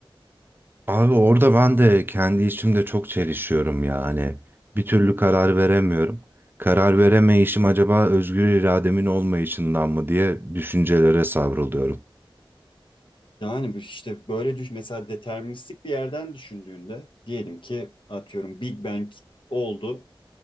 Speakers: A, on the right; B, on the left.
A: Abi orada ben de kendi içimde çok çelişiyorum ya. Hani bir türlü karar veremiyorum. Karar
B: <laughs>
A: veremeyişim acaba özgür irademin olmayışından mı diye düşüncelere savruluyorum.
B: Yani bu işte böyle düş mesela deterministik bir yerden düşündüğünde diyelim ki atıyorum Big Bang oldu.